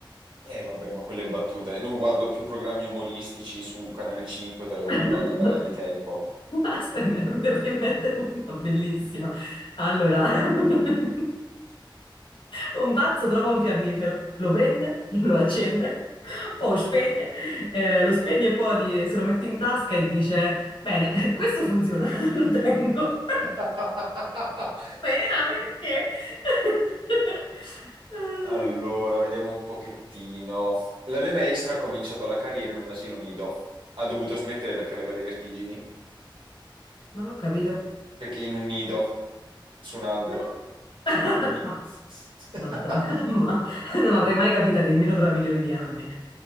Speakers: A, on the right (about 75°); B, on the left (about 80°).
A: E vabbè, ma quelle battute. Non guardo più programmi umoristici su Canale 5, tale uno
B: <laughs>
A: da una marea di tempo.
B: Aspetta, me ne è venuta in mente una bellissima. Allora, <laughs> Un pazzo trova un fiammifero, lo prende, lo accende, poi spegne, eh, lo spegne e poi di- se lo mette in tasca e dice: Bene, questo funziona, <laughs> lo tengo.
A: <laughs>
B: <laughs> Beh, ah, perché? <laughs> Ah,
A: Allora, vediamo un pochettino. La mia maestra ha cominciato la carriera in un asilo nido. Ha dovuto smettere perché aveva le vertigini.
B: Non l'ho capito.
A: Perché in un nido, su un albero.
B: Non ho- <laughs>
A: Quindi...
B: Ma,
A: <laughs>
B: madonna, <laughs> ma non l'avrei mai capita nemmeno tra milioni di anni.